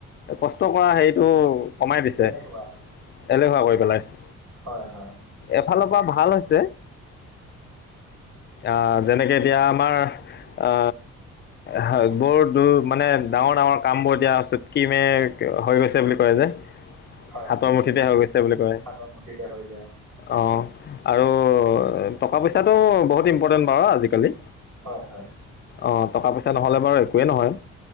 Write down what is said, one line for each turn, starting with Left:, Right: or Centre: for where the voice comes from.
Left: কষ্ট কৰা হেৰিটো কমাই দিছে,
Right: এলেহুৱা
Left: এলেহুৱা কৰি পেলাইছে।
Right: হয় হয়
Left: এফালৰ পৰা ভাল হৈছে আ যেনেকে এতিয়া আমাৰ আ হয় বৰ দূৰ মানে ডাঙৰ ডাঙৰ কামবোৰ এতিয়া চুটকি মে হৈ গৈছে বুলি কয় যে
Right: হয়
Left: হাতৰ
Right: হয়
Left: মুঠিতে হৈ গৈছে বুলি কয়
Right: হাতৰ মুঠিতে হৈ যায়
Left: অহ। আৰু টকা- পইচাটো বহুত ইম্পৰ্টেণ্ট বাৰু আজিকালি।
Right: হয় হয়।
Left: অ টকা- পইচা নহ'লে বাৰু একোৱেই নহয়।